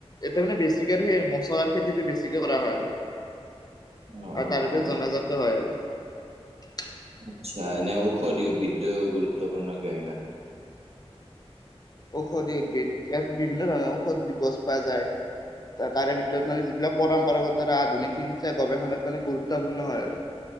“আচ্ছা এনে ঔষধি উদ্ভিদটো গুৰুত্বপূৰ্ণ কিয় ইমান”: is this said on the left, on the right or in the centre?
Right